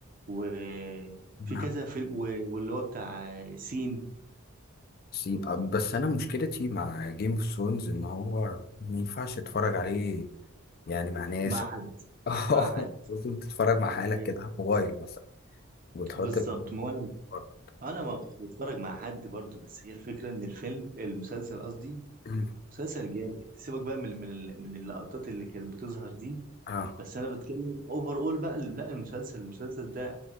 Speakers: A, on the right; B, on the left.
A: وفي
B: نعم.
A: كذا فيلم و- واللي هو بتاع سين
B: سي- أه، بس انا مشكلتي مع جيم اوف ثرونز ان هو ما ينفعش اتفرج عليه يعني مع ناس
A: مع حد
B: <laughs>
A: مع حد
B: لازم تتفرج مع حالك
A: هي
B: كده على الموبايل مثلا وتحط
A: بالظبط
B: ال-
A: ما هو انا
B: بره
A: انا ما كنت بتفرج مع حد برضو بس هي الفكره ان الفيلم المسلسل قصدي
B: <clears throat>
A: مسلسل جامد سيبك بقى من من ال- من اللقطات اللي كانت بتظهر دي
B: اه
A: بس انا بتكلم اوفر اول بقى لا المسلسل المسلسل ده